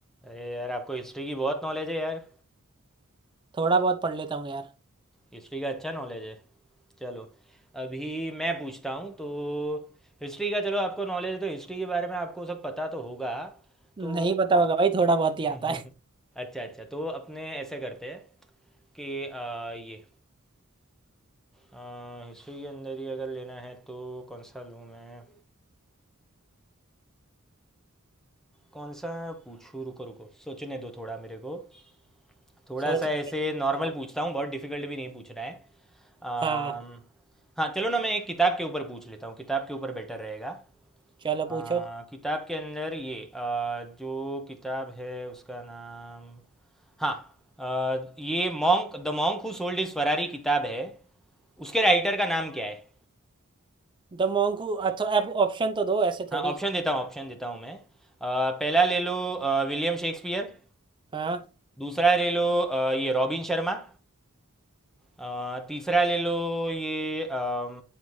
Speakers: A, in the centre; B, on the right (about 20°).
A: अरे यार आपको हिस्ट्री की बहुत नॉलेज है यार
B: थोड़ा बहुत पढ़ लेता हूँ यार
A: हिस्ट्री का अच्छा नॉलेज है चलो अभी मैं पूछता हूँ तो हिस्ट्री का चलो आपको नॉलेज है तो हिस्ट्री के बारे में आपको सब पता तो होगा
B: नहीं
A: तो
B: <laughs> पता होगा भाई थोड़ा बहुत
A: <laughs>
B: ही आता है
A: अच्छा अच्छा तो अपने ऐसे करते हैं कि आ, ये हिस्ट्री के अंदर ही अगर लेना है तो कौन सा लूँ मैं कौन सा पूछूँ रुको रुको सोचने दो थोड़ा मेरे को थोड़ा
B: <laughs> सोच
A: सा ऐसे
B: रहा
A: नॉर्मल
B: हूँ।
A: पूछता हूँ बहुत डिफिकल्ट भी नहीं पूछ रहा है अम,
B: हाँ
A: हाँ चलो ना मैं एक किताब के ऊपर पूछ लेता हूँ किताब के ऊपर बेटर रहेगा
B: चलो
A: आ,
B: पूछो
A: किताब के अंदर ये आ, जो किताब है उसका नाम हाँ आ, ये monk the monk who sold his Ferrari किताब है उसके राइटर का नाम क्या है
B: द मॉन्क हू अथो अब ऑप्शन तो दो ऐसे
A: हाँ
B: थोड़ी
A: ऑप्शन देता हूँ ऑप्शन देता हूँ मैं आ, पहला ले लो आ, विलियम शेक्सपियर
B: हाँ
A: दूसरा ले लो आ, ये रॉबिन शर्मा आ, तीसरा ले लो ये अम,